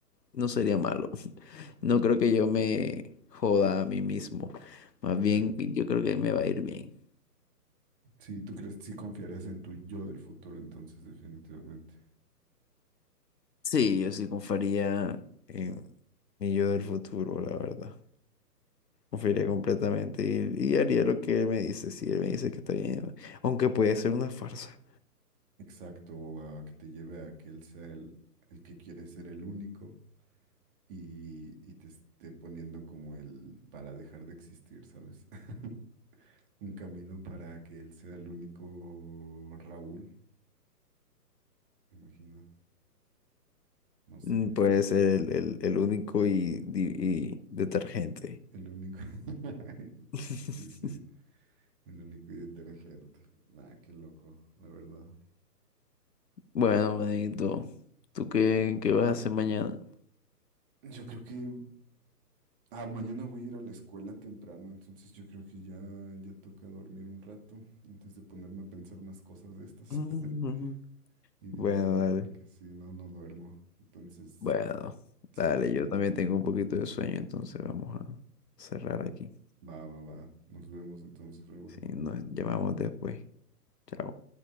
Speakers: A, on the left; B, on the right.
A: no sería malo. <laughs> No creo que yo me joda a mí mismo. Más bien,
B: Sí,
A: yo creo que me va a ir bien.
B: Sí, tú crees, sí confiarías en tu yo del futuro, entonces, definitivamente.
A: Sí, yo sí confiaría en mi yo del futuro, la verdad. Confiaría completamente y, y haría lo que él me dice. Si él me dice que está bien, aunque puede ser una farsa.
B: Exacto, o a que te lleve a que él sea el, el que quiere ser el único y, y te esté poniendo como el para dejar de existir, ¿sabes? <laughs> Un camino para que él sea el único Raúl, me imagino, no sé,
A: Mm, Puede ser el, el- el único y, di- y detergente.
B: el único. <laughs>
A: <laughs>
B: Sí, sí, sí, el único y detergente. Nah, qué loco, la verdad.
A: Bueno, manito, ¿tú qué, qué vas a hacer mañana?
B: Yo creo que Ah, mañana voy a ir a la escuela temprano, entonces yo creo que ya, ya toca dormir un rato antes de ponerme a pensar unas cosas de estas
A: Mm,
B: <laughs>
A: <laughs>
B: y
A: Bueno,
B: divagar,
A: dale.
B: porque si no, no duermo. Entonces,
A: Bueno,
B: sí,
A: Dale,
B: sí, sí.
A: yo también tengo un poquito de sueño, entonces vamos a cerrar aquí.
B: Va, va, va. Nos vemos entonces, Raúl.
A: Si
B: Ahí
A: nos
B: mañana.
A: llamamos después. Chao.